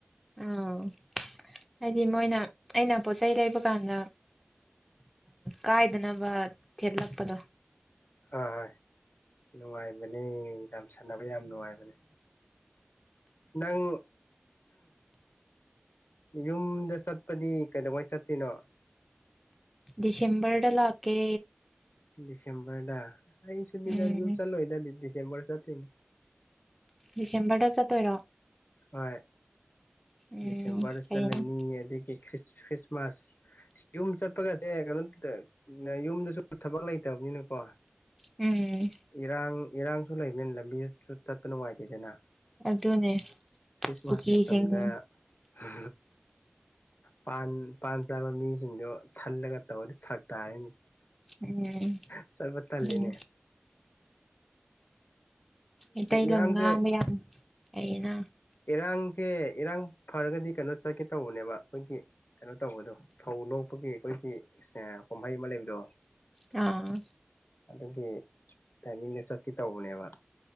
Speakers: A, in the centre; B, on the left.
A: ꯎꯝ ꯍꯥꯏꯗꯤ ꯃꯣꯏꯅ ꯑꯩꯅ ꯄꯣꯠꯆꯩ ꯂꯩꯕ ꯀꯥꯟꯗ ꯀꯥꯏꯗꯅꯕ ꯊꯦꯠꯂꯛꯄꯗꯣ
B: ꯍꯣ ꯍꯣꯏ ꯅꯨꯡꯉꯥꯏꯕꯅꯤ ꯌꯥꯝ ꯁꯥꯟꯅꯕ ꯌꯥꯝ ꯅꯨꯡꯉꯥꯏꯕꯅꯦ ꯅꯪ ꯌꯨꯝꯗ ꯆꯠꯄꯗꯤ ꯀꯩꯗꯧꯉꯩ ꯆꯠꯇꯣꯏꯅꯣ
A: ꯗꯤꯁꯦꯝꯕꯔꯗ ꯂꯥꯛꯀꯦ
B: <unintelligible> ꯆꯔꯗ ꯑꯩꯁꯨ
A: ꯎꯝ
B: ꯌ ꯆꯂꯣꯏꯗꯥ <unintelligible> ꯆꯦꯝꯕꯔ ꯆꯠꯇ‌ꯣꯏꯅꯤ
A: ꯗꯤꯁꯦꯝꯕꯔꯗ ꯆꯠꯇꯣꯏꯔꯣ
B: ꯍꯣꯏ
A: ꯎꯝ
B: ꯗꯤꯁꯦꯝꯕꯔꯗ
A: ꯐꯩꯅ
B: ꯆꯠꯂꯅꯤ ꯑꯗꯒꯤ ꯈ꯭ꯔꯤꯁꯃꯥꯁ ꯌꯨꯝ ꯆꯠꯄꯒꯁꯦ ꯀꯩꯅꯣ ꯌꯨꯝꯗꯁꯨ ꯊꯕꯛ ꯂꯩꯇꯕꯅꯤꯅꯀꯣ
A: ꯎꯝ
B: ꯏꯔꯥꯡ ꯏꯔꯥꯡꯁꯨ ꯂꯩꯕꯅꯤꯅ ꯂꯝꯕꯤꯁꯨ ꯇꯠꯄ ꯅꯨꯡꯉꯏꯇꯦꯗꯅ
A: ꯑꯗꯨ ꯑꯗꯨꯅꯦ
B: ꯈ꯭ꯔꯤꯁꯃꯥꯁ
A: ꯀꯨꯀꯤꯁꯤꯡ
B: ꯃꯇꯝꯗ ꯎ ꯄꯥꯟ ꯄꯥꯟ ꯆꯥꯕ ꯃꯤꯁꯤꯡꯗꯣ ꯊꯜꯂꯒ ꯇꯧꯕꯗꯤ ꯐꯔꯛ ꯇꯥꯔꯦ
A: ꯎꯝ
B: ꯆꯠꯄ ꯇꯜꯂꯤꯅꯦ
A: ꯑꯗꯨꯅꯦ ꯏꯇꯩꯩ ꯂꯣ
B: ꯏꯔꯥꯡꯁꯦ
A: ꯉꯕ ꯌꯥ ꯑꯩꯅ
B: ꯏꯔꯥꯡꯁꯦ ꯏꯔꯥꯡ ꯐꯔꯒꯗꯤ ꯀꯩꯅꯣ ꯆꯠꯀꯦ ꯇꯧꯕꯅꯦꯕ ꯑꯩꯈꯣꯏꯒꯤ ꯀꯩꯅꯣ ꯇꯧꯕꯗꯣ ꯐꯧ ꯂꯣꯛꯄꯒꯤ ꯑꯩꯈꯣꯏꯒꯤ ꯀꯨꯝꯍꯩ ꯑꯃ ꯂꯩꯕꯗꯣ
A: ꯑꯥ
B: ꯑꯗꯨꯒꯤ ꯇꯥꯏꯃꯤꯡꯗ ꯆꯠꯀꯦ ꯇꯧꯕꯅꯦꯕ